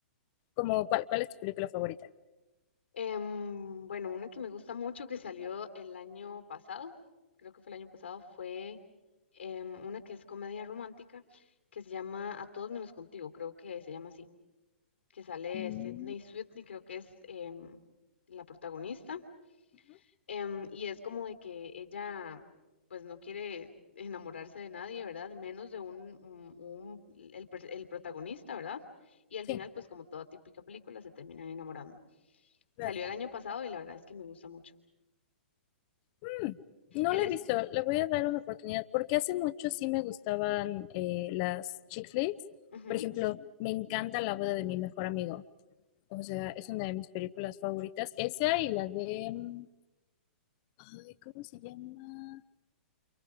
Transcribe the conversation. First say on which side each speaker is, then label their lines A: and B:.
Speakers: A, on the left; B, on the left.
A: Como, ¿cuál, cuál es tu película favorita?
B: Em, bueno, una que me gusta mucho que salió el año pasado, creo que fue el año pasado, fue em, una que es comedia romántica que se llama A todos menos contigo, creo que se llama así, que sale
A: Mm,
B: Sydney Sweeney, creo que es em, la protagonista.
A: ujú,
B: Em, y es como de que ella, pues no quiere enamorarse de nadie, ¿verdad? Menos de un, un- un- el, pr- el protagonista, ¿verdad? Y al
A: Sí,
B: final, pues como toda típica película, se terminan enamorando.
A: claro.
B: Salió el año pasado y la verdad es que me gusta mucho.
A: Mm, No
B: Él
A: la
B: es...
A: he visto, le voy a dar una oportunidad, porque hace mucho sí me gustaban eh, las chick flicks.
B: Ujú,
A: Por ejemplo, me encanta La boda de mi mejor amigo. O sea, es una de mis películas favoritas. Esa y la de... mm, Ay, ¿cómo se llama?